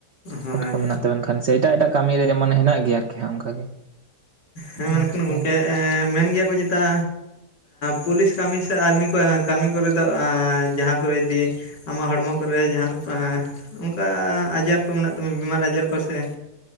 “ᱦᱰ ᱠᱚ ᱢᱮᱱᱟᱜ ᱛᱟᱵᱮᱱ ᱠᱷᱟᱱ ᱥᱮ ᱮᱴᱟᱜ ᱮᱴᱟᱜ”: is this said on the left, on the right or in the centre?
Right